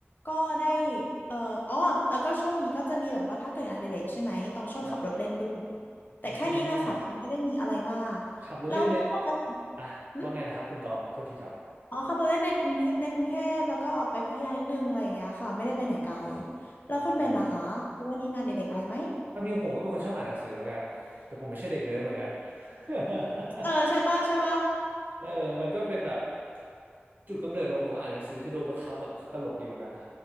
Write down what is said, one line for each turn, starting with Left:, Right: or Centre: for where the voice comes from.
Left: ก็ได้เอ่ออ๋อแล้วก็ช่วงนี้ก็จะมีแบบว่าถ้าเกิดงานอดิเรกใช่ไหมตองชอบขับรถเล่นด้วย
Right: ครับ
Left: แต่แค่นี้แหละค่ะตองไม่ได้มีอะไรมากแล้วปกติ
Right: แจ้มขับรถเล่นในอ่ะว่าไงนะครับคุณตองโทษทีครับ
Left: อืมอ๋อขับรถเล่นในกรุงเทพในกรุงเทพแล้วก็ออกไปพัทยานิดนึงอะไรอย่างเงี้ยค่ะไม่ได้ไปไหนไกล
Right: อืม
Left: แล้วคุณเบนล่ะคะวันนี้งานอดิเรกอะไรไหม
Right: ความจริงผมก็เป็นคนชอบอ่านหนังสือเหมือนกันแต่ผมไม่ใช่เด็กเนิร์ดเหมือนกัน <laughs>
Left: เออใช่ปะใช่ปะ
Right: เออมันก็เป็นแบบจุดกำเนิดของผมอ่านหนังสือคือโดนบังคับอะตลกดีเหมือนกันนะ